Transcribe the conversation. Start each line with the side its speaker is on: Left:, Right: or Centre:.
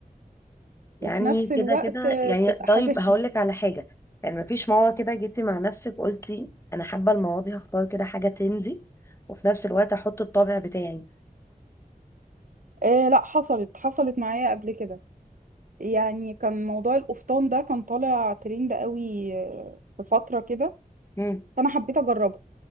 Left: يعني
Right: وفي نفس الوقت
Left: كده كده
Right: آه،
Left: يعني
Right: تبقى
Left: طيب
Right: حاجة شيك
Left: هقول لك على حاجة يعني مفيش موضوع كده جيتي مع نفسك قلتي أنا حابة المواضيع هختار كده حاجة تندي وفي نفس الوقت أحط الطابع بتاعي
Right: إيه لا حصلت حصلت معايا قبل كده يعني كان موضوع القفطان ده كان طالع ترند قوي آه، في فترة كده
Left: امم
Right: فأنا حبيت أجربه